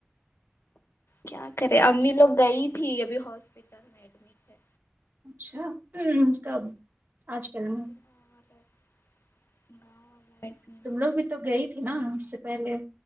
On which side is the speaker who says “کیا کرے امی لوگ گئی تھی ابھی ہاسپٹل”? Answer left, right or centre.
Left